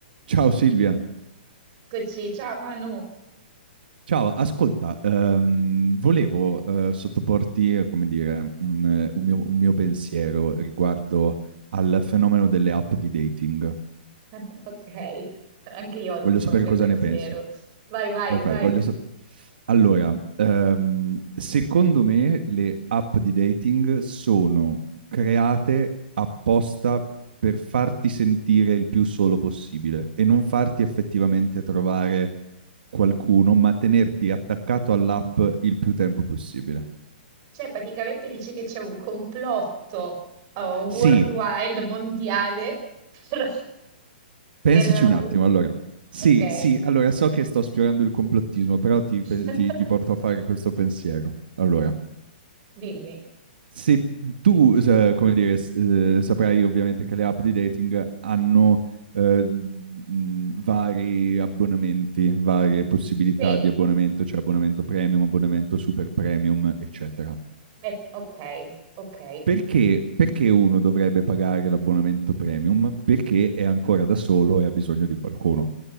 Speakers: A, on the right (about 65°); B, on the right (about 25°).
A: Ciao Silvia,
B: Eccoci, ciao Manu.
A: ciao, ascolta, ehm, volevo eh, sottoporti, come dire, un, eh, un mio, un mio pensiero riguardo al fenomeno delle app di dating.
B: Ok, anche io ho
A: Voglio
B: un forte
A: sapere cosa
B: pensiero.
A: ne pensi.
B: Vai, vai,
A: Perfetto,
B: vai.
A: voglio sa- Allora, ehm, secondo me le app di dating sono create apposta per farti sentire il più solo possibile e non farti effettivamente trovare qualcuno, ma tenerti attaccato all'app il più tempo possibile.
B: Cioè, praticamente dici che c'è un complotto oh, worldwide,
A: Sì,
B: mondiale, <laughs> per...
A: Pensaci
B: per
A: un
B: abu-
A: attimo, allora. Sì,
B: ok,
A: sì, allora so che sto sfiorando il complottismo, però ti,
B: <laughs>
A: pe- ti- ti porto a fare questo pensiero. Allora,
B: dimmi.
A: se tu, eh, come dire, s- eh, saprai ovviamente che le app di dating hanno eh, mh, vari abbonamenti, varie possibilità
B: Sì,
A: di abbonamento, cioè abbonamento premium, abbonamento super premium, eccetera.
B: eh, ok, ok.
A: Perché, perché uno dovrebbe pagare l'abbonamento premium? Perché è ancora da solo e ha bisogno di qualcuno,